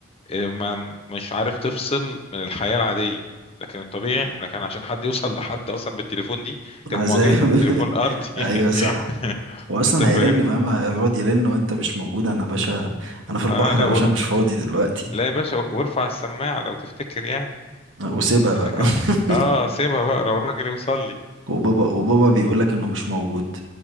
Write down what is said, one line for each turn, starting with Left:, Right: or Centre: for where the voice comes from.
Left: آه، ما مش عارف تفصل من الحياه العاديه لكن الطبيعي احنا كان عشان حد يوصل لحد اصلا بالتليفون دي كانت
Right: عذاب
Left: معجزه تليفون ارضي
Right: <laughs> ايوه صح
Left: <laughs>
Right: واصلا
Left: انت فاهمني
Right: هيرن فاهم هيقعد يرن وانت مش موجود انا باشا انا في البحر
Left: اه لا
Right: يا باشا
Left: و...
Right: مش فاضي دلوقتي
Left: لا يا باشا وارفع السماعه لو تفتكر يعني
Right: أه، وسيبها بقى
Left: انا كان اه
Right: <laughs>
Left: سيبها بقى لو الراجل يوصل لي
Right: وبابا وبابا بيقولك انه مش موجود